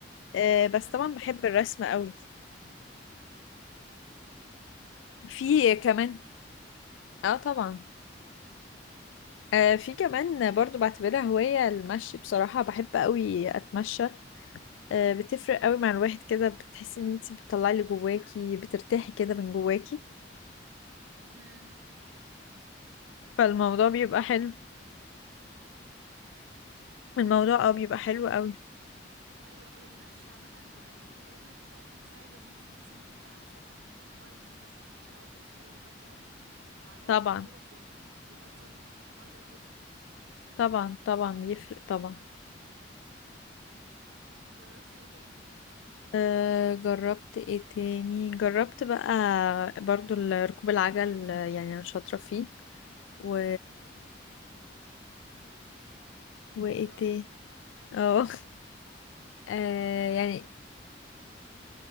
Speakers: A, on the left; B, on the right.
A: آه، بس
B: ايوه
A: طبعا بحب الرسم قوي في
B: هو الرسم
A: كمان
B: جميل جدا
A: اه طبعا آه، في كمان برضو بعتبرها هواية المشي بصراحة بحب قوي أتمشى آه، بتفرق قوي مع الواحد كده بتحسي إن انتي بتطلعي اللي جواكي بترتاحي كده من جواكي
B: امم
A: فالموضوع
B: دي
A: بيبقى حلو الموضوع اه بيبقى
B: حاجة
A: حلو قوي
B: ايوه والمشي عامه وال- والجري وكده اكيد ساعد ان انت جسمك يبقى احسن حوار النفس وضربات القلب وكده مع الوقت
A: طبعا
B: وكده بي- بينظم الحوار ده بجسمك
A: طبعا طبعا بيفرق طبعا
B: جربتي ايه تاني
A: أه جربت ايه تاني جربت بقى برضو ال- ركوب العجل آه، يعني أنا شاطرة فيه و وايه
B: حلو قوي
A: تاني
B: ده
A: اه <laughs> آه،
B: بس انا عامه
A: يعني
B: خفت منه